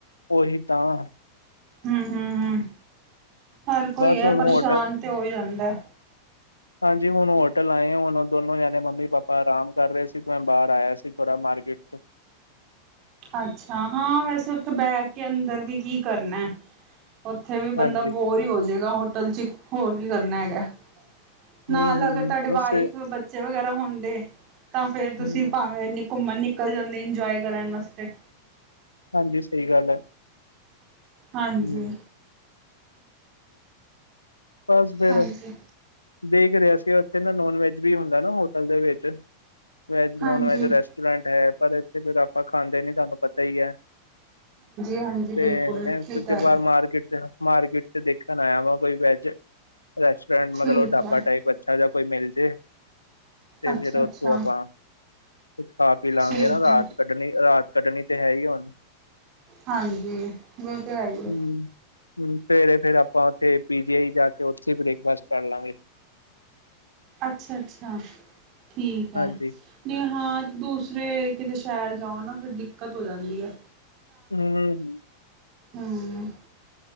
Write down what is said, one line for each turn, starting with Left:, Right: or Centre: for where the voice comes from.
Left: ਉਹੀ ਤਾਂ।
Right: ਹੁੰ-ਹੁੰ-ਹੁੰ ਹਰ ਕੋਈ
Left: ਬਸ
Right: ਐ
Left: ਹੁਣ
Right: ਪਰੇਸ਼ਾਨ
Left: ਹੋਟਲ
Right: ਤੇ ਹੋ ਹੀ ਜਾਂਦੈ।
Left: ਹਾਂਜੀ ਹੁਣ ਹੋਟਲ ਆਏ ਹੁਣ ਦੋਨੋ ਜਾਣੇ ਮੰਮੀ-ਪਾਪਾ ਆਰਾਮ ਕਰ ਰਹੇ ਸੀ ਤੇ ਮੈਂ ਬਾਹਰ ਆਇਆ ਸੀ ਥੋੜਾ ਮਾਰਕੀਟ ਚ।
Right: ਅੱਛਾ ਹਾਂ ਵੈਸੇ ਉੱਥੇ ਬੈਠ ਕੇ ਅੰਦਰ ਵੀ ਕੀ ਕਰਨੈ। ਉੱਥੇ ਵੀ ਬੰਦਾ
Left: ਹਾਂਜੀ
Right: ਬੋਰ ਹੀ ਹੋ ਜੇਗਾ ਹੋਟਲ ਚ ਹੋਰ ਕੀ ਕਰਨਾ ਹੈਗਾ। ਨਾਲ
Left: ਹੂੰ ਹੂੰ
Right: ਅਗਰ ਤੁਹਾਡੇ
Left: ਬਸ
Right: ਵਾਈਫ ਬੱਚੇ ਵਗੈਰਾ ਹੁੰਦੇ ਤਾਂ ਫੇਰ ਤੁਸੀਂ
Left: ਹੂੰ
Right: ਭਾਵੇਂ ਇਨੀ ਘੁੰਮਣ ਨਿਕਲ ਜਾਂਦੇ ਇੰਜੋਏ ਕਰਨ ਵਾਸ ਤੇ।
Left: ਹਾਂਜੀ ਸਹੀ ਗੱਲ ਹੈ।
Right: ਹਾਂਜੀ,
Left: ਹੂੰ ਬਸ ਫੇਰ
Right: ਹਾਂਜੀ
Left: ਦੇਖ ਰਿਹਾ ਸੀ ਉੱਥੇ ਨਾ ਨੋਨ ਵੈਜ ਵੀ ਹੁੰਦਾ ਨਾ ਹੋਟਲ ਦੇ ਵਿੱਚ ਵੈਜ
Right: ਹਾਂਜੀ
Left: ਨੋਨ ਵੈਜ
Right: ਹਾਂਜੀ
Left: ਰੈਸਟ ਟੋਰੈਂਟ ਹੈ ਪਰ ਇੱਥੇ ਫੇਰ ਆਪਾਂ ਖਾਂਦੇ ਨੀ ਤੁਹਾਨੂੰ ਪਤਾ ਹੀ ਐ।
Right: ਹਾਂਜੀ ਬਿਲਕੁਲ
Left: ਤੇ ਇਸ
Right: ਠੀਕ
Left: ਅਛਾ
Right: ਕਹਿ
Left: ਬਾਹਰ
Right: ਰਹੇ ਹੋ
Left: ਮਾਰਕੀਟ ਚ ਮਾਰਕੀਟ ਤੇ ਦੇਖਣ ਆਇਆ ਵਾ ਕੋਈ ਵੈਜ ਰੈਸਟੋਰੈਂਟ
Right: ਠੀਕ
Left: ਮਤਲਬ ਢਾਬਾ
Right: ਹੈ
Left: ਟਾਈਪ ਅਛਾ ਜਾ ਕੋਈ ਮਿਲ ਜੇ। ਤੇ
Right: ਅੱਛਾ
Left: ਫੇਰ ਉੱਥੋਂ
Right: ਅੱਛਾ
Left: ਆਪਾਂ ਕੁਛ ਖਾ ਪੀ ਲਵਾਂਗੇ
Right: ਠੀਕ
Left: ਨਾ
Right: ਹੈ
Left: ਰਾਤ ਕੱਢਣੀ, ਰਾਤ ਕੱਢਣੀ ਤੇ ਹੈ ਹੀ ਹੁਣ।
Right: ਹਾਂਜੀ ਵੋ ਤੇ ਹੈਈ ਐ।
Left: ਹੂੰ ਹੂੰ ਸਵੇਰੇ ਫੇਰ ਆਪਾਂ ਉੱਥੇ ਪੀ ਜੀ ਆਈ ਜਾ ਕੇ ਉੱਥੇ ਹੀ ਬ੍ਰੇਕਫਾਸਟ ਕਰ ਲਾਂਗੇ।
Right: ਅੱਛਾ ਅੱਛਾ, ਠੀਕ ਆ।
Left: ਹਾਂਜੀ
Right: ਨਈ ਹਾਂ ਤੇ ਦੂਸਰੇ ਕਿਤੇ ਸ਼ਹਿਰ ਜਾਓ ਨਾ ਫਿਰ ਦਿੱਕਤ ਹੋ ਜਾਂਦੀ ਆ
Left: ਹੂੰ।
Right: ਹੂੰ।